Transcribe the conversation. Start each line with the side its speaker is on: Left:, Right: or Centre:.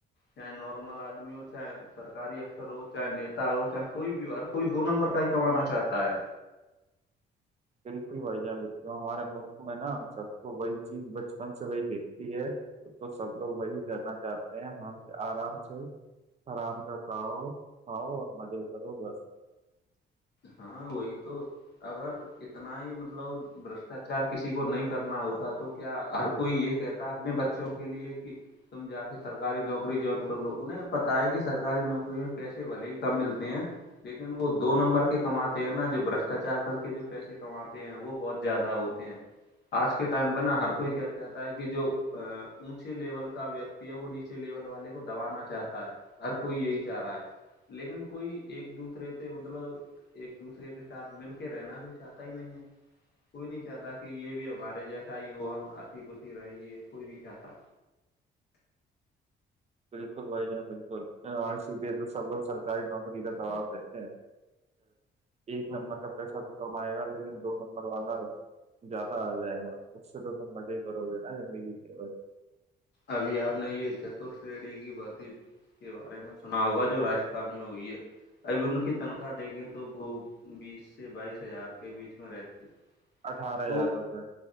Left: چاہ نارمل آدمی چاہے سرکاری افسر ہو چاہے نیتا ہو چاہے کوئی بھی ہو ہر کوئی دو نمبر کا ہی کمانا چاہتا ہے
Right: بالکل بھائی جان بالکل ہمارے ملک میں نا سب کو بی چیز بچپن سے وہی دیکھتی ہے تو سب لوگ وہی کرنا چاہتے ہیں ہاں آرام سے آرام سے کھاؤ کھاؤ اور مزے کرو بس
Left: ہاں وہی تو اگر اتنا ہی مطلب برشٹاچار کسی کو نہیں کرنا ہوتا تو کیا ہر کوئی یہ کہتا اپنے بچوں کے لیے کہ تم جا کے سرکاری نوکری جوائن کر لو انہیں پتتا ہے کہ سرکاری نوکری میں پیسے بھلے ہی کم ملتے ہیں لیکن وہ دو نمبر کے پے کماتے ہیں نا جو برشٹاچار کر کے جو پیسے کماتے ہیں وہ بہت زیادہ ہوتے ہیں آج کے ٹائم پہ نا ہر کوئی کیا چاہتا ہے کہ جو اونچے لیول کا ویکتی وہ نیچے لیول والے کو دبانا چاہتا ہے ہر کوئی یہی چاہ رہا ہے لیکن کوئی ایک دوسرے سے مطلب ایک دوسرے کے ساتھ مل کے رہنا کوئی چاہتا ہی نہیں ہے کوئی نہیں چاہتا کہ یہ بھی ہمارے جیسا ہی وہ ہم ہسی خشی رہیں یہ کوئی نہیں چاہتا
Right: بالکل بھیا بالکل سی لیے تو سب لوگ سرکاری نوکری کا دباب دیتے ہیں ایک نمبر کا پیسہ تو کمائے گا لیکن دو نمبر والا زیادہ آ جائے گا اس سے تو تم مزے ہی کرو گے نا زندگی کے
Left: ابھی آپ نے یہ چتر شریڑھی کی بات کے بارے میں سنا ہوگا جو راستھان میں ہوئی ہے ابھی ان کی تنخواہ دیکھیں تو وہ بیس سے بائیس ہزار کے بیچ میں رہتی
Right: اٹھارہ
Left: تو
Right: ہزار روپئے